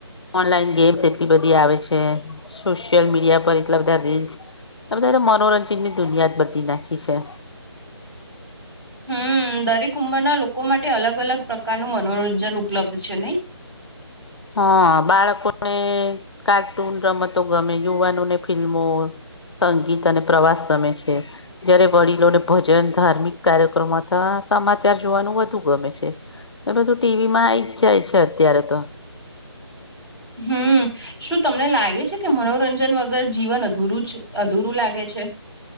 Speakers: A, on the left; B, on the right.
A: ઓનલાઈન ગેમ્સ એટલી બધી આવે છે સોશિયલ મીડિયા પર એટલા બધા રીલ્સ અધારે મનોરંજન ની દુનિયાદ બી નાખી છે
B: હમ દરેક ઉંમરના લોકો માટે અલગ અલગ પ્રકાર ન મનોરંજન ઉપલબ્ધ છે નઈ
A: હા બાળકોને કાર્ટૂન રમતો ગમે યુવાનોને ફિલ્મો સંગીત અને પ્રવાસ ગમે છે જયારે વડીલોને ભજન ધાર્મિક કાર્યક્રમો અથવા સમાચાર જોવાનું વધુ ગમે છે એ બધું ટીવી માં આ જાય છે અત્યારે તો
B: હમ શું તમને લાગે છે કે મનોરંજન વગર જીવન અધૂરું અધૂરું લાગે છે